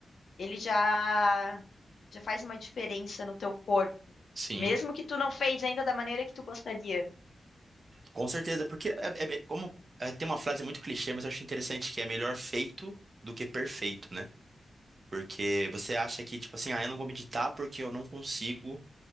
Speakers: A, on the left; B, on the right.
A: ele já, já faz uma diferença no teu corpo.
B: Sim,
A: Mesmo que tu não fez ainda da maneira que tu gostaria.
B: com certeza, porque é, é me- como é, tem uma frase muito clichê, mas eu acho interessante que é melhor feito do que perfeito, né? Porque você acha que, tipo assim, ah, eu não vou meditar porque eu não consigo